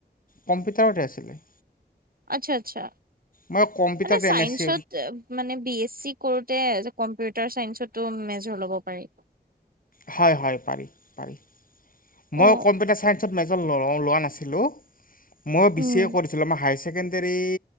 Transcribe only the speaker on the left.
কম্পিউটাৰতে আছিলে।
মই কম্পিউটাৰত
এম এছ চি
হয়, হয় পাৰি পাৰি। মই
কম্পিউটাৰ চাইন্সত মে <unintelligible> লোৱা নাছিলো মই বি
চি এ কৰিছিলো আমাৰ হাইছ ছেকেণ্ডেৰী